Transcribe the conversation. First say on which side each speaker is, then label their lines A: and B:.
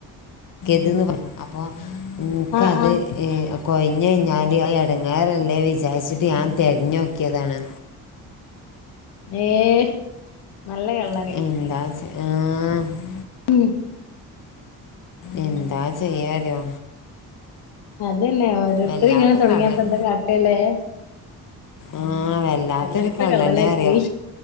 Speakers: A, on the left; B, on the left.
A: കെതെന്നു പറ അപ്പൊ നിക്കത്
B: ആഹ് ആഹ്
A: ഏഹ് കൊയിഞ്ഞു കയിഞ്ഞാല് ഏഹ് എടങ്ങേറല്ലേ വിചാരിച്ചിട്ട് ഞാൻ തെരഞ്ഞോക്കിയതാണ്
B: ഏഹ് നല്ല കള്ളം
A: എന്താസ്നാ
B: ഉം
A: എന്താ
B: ആഹ്
A: ചെയ്യാലോ
B: അതന്നെ ഓരോരുത്തരിങ്ങനെ
A: വല്ലാത്ത
B: തൊടങ്ങിയാപ്പെന്താ
A: കള്ളൻ
B: കാട്ടല്ലേ
A: ആഹ് വല്ലാത്തൊരു
B: വല്ലാത്ത
A: കള്ളന്നറിയാം
B: കള്ളനായി പോയി